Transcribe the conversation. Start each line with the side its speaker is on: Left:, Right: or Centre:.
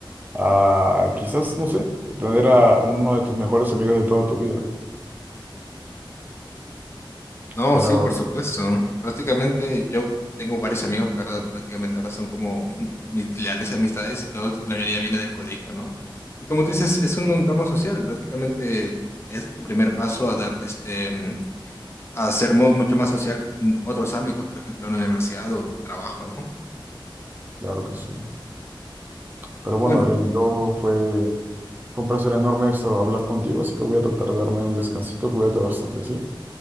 Right: a, quizás, no sé, tener a uno de tus mejores amigos de toda tu vida.
Left: No,
Right: Pero...
Left: sí, por supuesto. Prácticamente yo tengo varios amigos que ahora prácticamente ahora son como <laughs> mis leales amistades y todos, la mayoría viene del colegio, ¿no? Y como tú dices, es un entorno social. Prácticamente es tu primer paso a dar este a ser mu- mucho más social en otros ámbitos, por ejemplo, en la universidad o trabajo, ¿no?
Right: Claro que sí. Pero bueno,
Left: Bueno,
Right: Adrián, yo fue, fue un placer enorme esto hablar contigo, así que voy a tratar de darme un descansito. Cuídate bastante, ¿sí?